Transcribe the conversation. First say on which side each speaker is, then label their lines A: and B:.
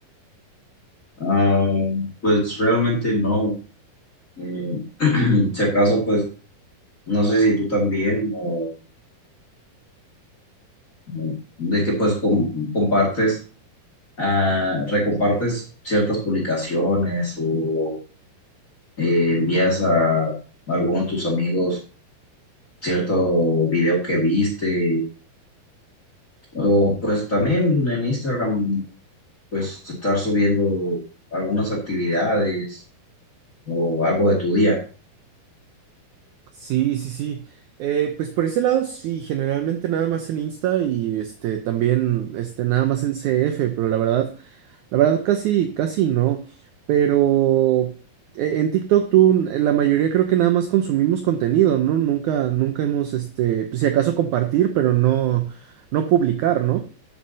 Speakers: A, on the left; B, on the right.
A: Ah, pues realmente no. Eh, <clears throat> si acaso, pues No sé si tú también o o de que pues com- compartes, ah, recompartes ciertas publicaciones o eh, envías a alguno de tus amigos cierto video que viste o pues también en Instagram pues estar subiendo algunas actividades o algo de tu día.
B: Sí, sí, sí. Eh, pues por ese lado, sí, generalmente nada más en Insta y este también este nada más en C F. pero la verdad, la verdad casi, casi no. Pero eh, en TikTok tú, eh, la mayoría creo que nada más consumimos contenido, ¿no? Nunca, nunca hemos, este, pues, si acaso compartir, pero no, no publicar, ¿no?